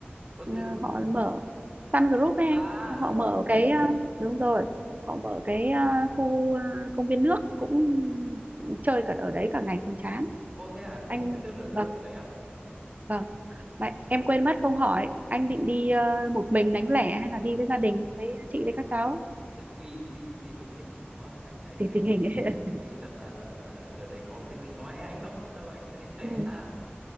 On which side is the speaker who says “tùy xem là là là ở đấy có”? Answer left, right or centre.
Right